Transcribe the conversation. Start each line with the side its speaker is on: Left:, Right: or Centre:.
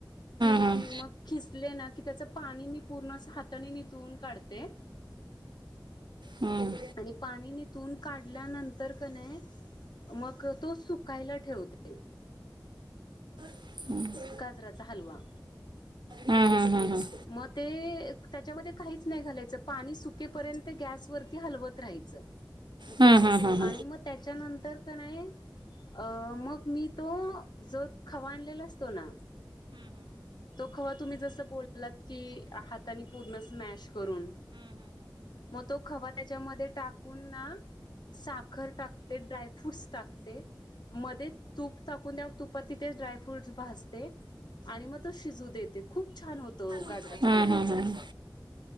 Left: की
Right: मध्ये
Left: मग. किसले ना की त्याचं पाणी मी पूर्ण असं हाताने निथळून काढते.
Right: हम.
Left: आणि पाणी निथून काढल्यानंतर कने. मग तो सुकायला ठेवते.
Right: हम्.
Left: गाजराचा हलवा.
Right: हम हम हम हम.
Left: मग ते त्याच्यामध्ये. काहीच नाही घालायचं पाणी सुकेपर्यंत गॅसवररती हलवत राहायचं.
Right: हा हा हा.
Left: आणि मग त्याच्यानंतर का मी तो. जो खवा आणलेला असतो ना तो खवा तुम्ही जस बोल. लात की हातानी पूर्ण स्मॅश करून. मग तो खवा त्याच्यामध्ये टाक. टाक साखर टाकते ड्रायफ्रूटस टाकते मध्ये तूप. ाकून द्या तुपात तिथे ड्राय फ्रूटस भासते आणि मग तो शिजू देते खूप छान होत. तो गाजराचा
Right: होतो
Left: हलवा आपण.